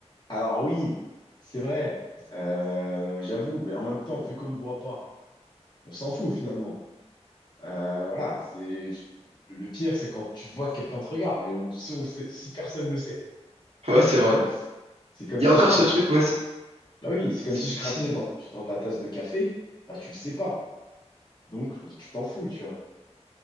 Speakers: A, on the left; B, on the right.
A: Alors oui, c'est vrai, euh, j'avoue, mais en même temps, vu qu'on me voit pas, on s'en fout finalement. Euh, voilà, c'est le pire, c'est quand tu vois que quelqu'un te regarde, mais on- si, on le sait- si personne le sait,
B: Ouais, c'est vrai.
A: tu vois, c'est c'est comme
B: Il
A: si
B: y a encore
A: je crache.
B: ce truc, ouais. Si,
A: Bah oui, c'est comme
B: si.
A: si je crassais
B: si.
A: dans, dans ta tasse de café, bah tu le sais pas, donc tu t'en fous, tu vois.